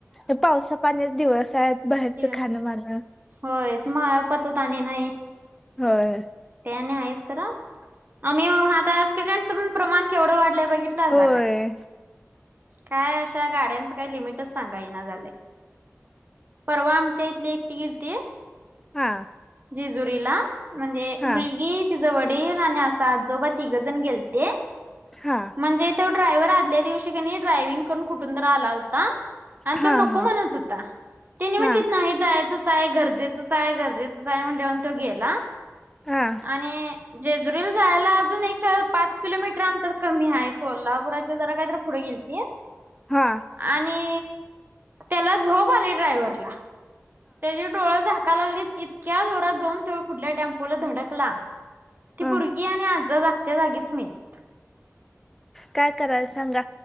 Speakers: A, in the centre; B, on the right.
A: तर पावसा पाण्याच दिवस आहेत. बाहेरचं
B: दिवस,
A: खाणं माणं
B: होय मग पचत आणि नाही.
A: होय
B: ते आणि आहेच खरं आम्ही आता एक्सीडेंट च पण प्रमाण केवढं वाढलंय बघितला.
A: होय
B: काय अशा गाड्यांच काही लिमिटच सांगा ईना झाले. परवा आमच्या इथली एकटी गिलती.
A: हा
B: जेजुरीला म्हणजे
A: हा
B: मुलगी तिज वडील आणि असा आजोबा तिघं जण गेलते.
A: हा
B: म्हणजे तो ड्रायव्हर आदल्या दिवशी क नई ड्रायविंग करून कुठूनं तर आला होता आणि
A: हा
B: तो नको
A: हा
B: म्हणतं होता, त्यानी
A: हा
B: म्हणली नाही जायचंच आहे, गरजेचंच आहे गरज ते जाय म्हटल्यानंतर तो गेला
A: हा
B: आणि जेजुरीला जायला आजुन एक अं पाच किलोमीटर अंतर कमी आहे, सोलापुराच्या जरा काहीतरी पुढ गेलते
A: हा,
B: आणि त्याला झोप आली ड्रायव्हरला. त्याची डोळा झाका लागलीत, इतक्या जोरात जाऊन त्यो पुढल्या टेम्पोला धडकला. ती
A: हा
B: पुरंगी ये ना जागच्या- जागीचं मेलीत.
A: काय करायला सांगा